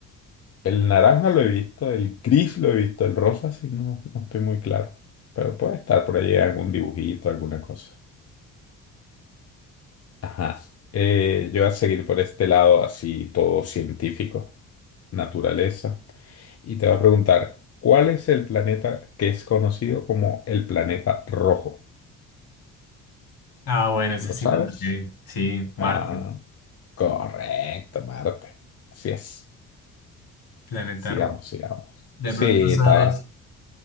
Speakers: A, on the left; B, on the left.
A: El naranja lo he visto, el gris lo he visto, el rosa sí, no, no estoy muy claro. Pero puede estar por allí algún dibujito, alguna cosa. Ajá. Eh, yo voy a seguir por este lado así todo científico. Naturaleza. Y te va a preguntar, ¿cuál es el planeta que es conocido como el planeta rojo?
B: Ah, bueno, esa
A: ¿Lo
B: sí
A: sabes?
B: me lo sé. Sí, Marte,
A: Ah, correcto, Marte. Así es.
B: planeta
A: Sigamos,
B: rojo.
A: sigamos.
B: De
A: Sí,
B: pronto sabes,
A: estaba.